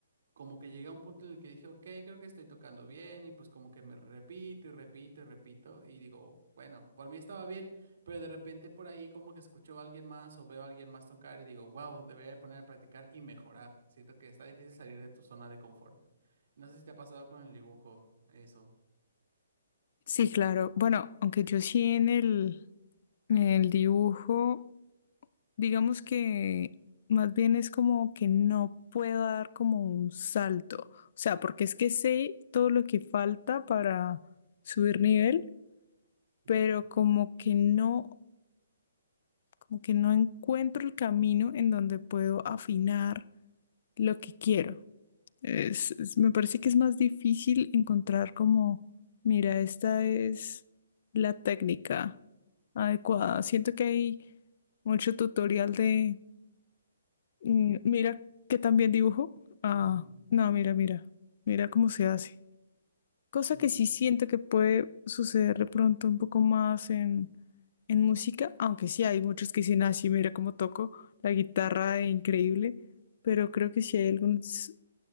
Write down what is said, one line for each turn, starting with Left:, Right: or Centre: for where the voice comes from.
Right: como que llegué a un punto en el que dije, ok, creo que estoy tocando bien y pues como que me repito y repito y repito y digo, bueno, por mí estaba bien, pero de repente por ahí como que escucho a alguien más o veo a alguien más tocar y digo, wow, debería de poner a practicar y mejorar. Siento que está difícil salir de tu zona de confort. No sé si te ha pasado con el dibujo, eso.
Left: sí, claro. Bueno, aunque yo sí en el, en el dibujo. Digamos que más bien es como que no puedo dar como un salto. O sea, porque es que sé todo lo que falta para subir nivel,
Right: Ya.
Left: pero como que no, como que no encuentro el camino en donde puedo afinar lo que quiero. Es- es- me parece que es más difícil encontrar como, mira, esta es la técnica adecuada. Siento que hay mucho tutorial de Mm, Mira que también dibujo. Ah,
Right: Ujú.
Left: no, mira, mira. Mira cómo se hace. Cosa
Right: Mm,
Left: que sí siento que puede suceder de pronto un poco más en, en música, aunque sí hay muchos que dicen así, mira cómo toco la guitarra, eh, increíble, pero creo que sí hay algunos,